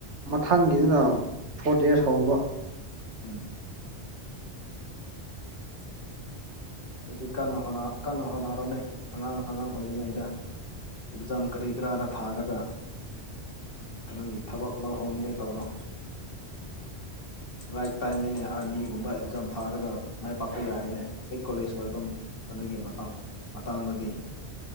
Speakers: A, on the right; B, on the left.
A: ꯃꯊꯪꯒꯤꯗꯨꯅ ꯐꯣꯔ ꯗꯦꯁ ꯍꯧꯕ
B: ꯎꯝ <unintelligible> ꯑꯗꯨꯗꯤ ꯀꯟꯅ ꯀꯟꯅ ꯍꯣꯠꯅꯔꯣꯅꯦ ꯑꯉꯥꯡ ꯑꯉꯥꯡ ꯑꯣꯏꯔꯤꯉꯩꯗ ꯑꯦꯛꯖꯥꯝ ꯀꯔꯤ ꯀꯔꯥꯗꯥ ꯊꯥꯔꯒ ꯀꯩꯅꯣꯒꯤ ꯊꯕꯛ ꯂꯧꯍꯧꯅꯤꯡꯉꯥꯏ ꯇꯧꯔꯣ ꯔꯥꯏꯠ ꯇꯥꯏꯝꯅꯤꯅꯦ ꯑꯥꯔꯃꯤꯒꯨꯝꯕ ꯑꯦꯛꯖꯥꯝ ꯊꯥꯔꯒ ꯃꯥꯏ ꯄꯥꯛꯄ ꯌꯥꯔꯦꯅꯦ ꯍꯦꯛ ꯀꯣꯂꯦꯖ ꯂꯣꯏꯕ ꯈꯨꯟꯗꯒꯤ ꯃꯇꯥꯡ ꯃꯇꯥꯡ ꯑꯃꯗꯤ